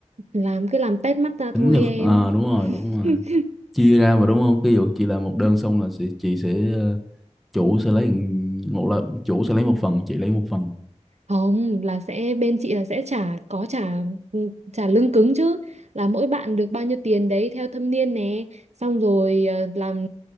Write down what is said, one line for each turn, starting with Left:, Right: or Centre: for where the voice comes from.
Right: làm cứ làm tét mắt ra
Centre: tính
Right: thôi
Centre: được
Right: em
Centre: ờ đúng rồi đúng rồi
Right: <laughs>
Centre: chia ra mà đúng không ví dụ chị làm một đơn xong là chị, chị sẽ ờ, chủ sẽ lấy một là chủ sẽ lấy một phần chị lấy một phần
Right: không là sẽ bên chị là sẽ trả có trả ừ, trả lương cứng chứ là mỗi bạn được bao nhiêu tiền đấy theo thâm niên nè xong rồi ờ, làm